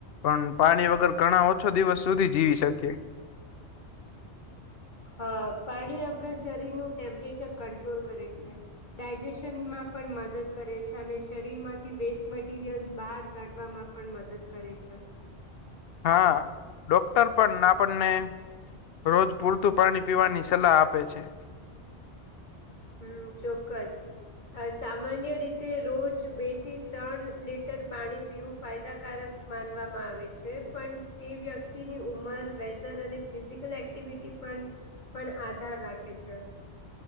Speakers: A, on the left; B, on the left.
A: પન પાણી વગર ઘણા છો દિવસ સુધી જીવી શકીએ.
B: હ પાણી આપણા શરીરનું ટેમ્પરેચર કંટ્રોલ કરે છે. ડાયજેશનમાં પણ મદદ કરે છે અને શરીરમાંથી વેસ્ટ મટીરિયલ્સ બહાર કાઢવામાં પણ મદદ કરે છે.
A: હા ડોક્ટર પણ આપને રોજ પૂરતું પાની પીવાની સલાહ આપે છે.
B: હં ચોક્કસ. અ સામાન્ય રીતે રોજ બે થી તન લીટર પાણી પીવું ફાયદાકારક માનવામાં આવે છે પણ તે વ્યક્તિની ઉંમર વેધર અને ફિઝિકલ એક્ટિવિટી પન પણ આધાર રાખે છે.